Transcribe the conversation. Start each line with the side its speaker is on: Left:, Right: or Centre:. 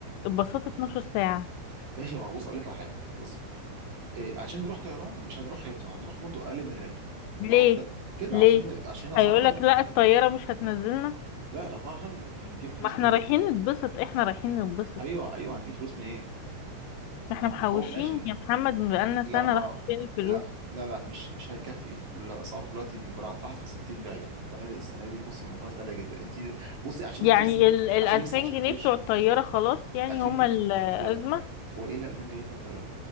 Left: الباصات 12 ساعة
Right: ماشي ما هو بص اقول لك على حاجة بص إيه عشان نروح طيران مش هنروح هيلتون هنروح فندق اقل من الهيلتون
Left: ليه
Right: ما هو ت- كده
Left: ليه
Right: عشان عشان الاسعار
Left: هيقولك
Right: غالية
Left: لا الطيارة مش هتنزلنا
Right: لا الاسعار غالية هنجيب فلوس
Left: ما احنا
Right: منين
Left: رايحين نتبسط احنا رايحين نتبسط
Right: ايوه ايوه هنجيب فلوس منين
Left: ما احنا محوشين
Right: هو ماشي
Left: يا محمد بقالنا
Right: لا
Left: سنة
Right: ما
Left: راحت فين الفلوس
Right: لا لا لا مش مش هيكفي الاسعار دلوقتي بقى راحت في 60 داهيه الفنادق السنه دي بص المصاريف غاليه جدا انت بصي عشان
Left: يعني
Right: انت لسه
Left: ال الألفين
Right: عشان لسه ما شفتيش
Left: جنيه بتوع الطيارة خلاص يعني
Right: 2000
Left: هما
Right: جنيه
Left: الأزمة
Right: هو هو ايه اللي 2000 جنيه بتاع الطياره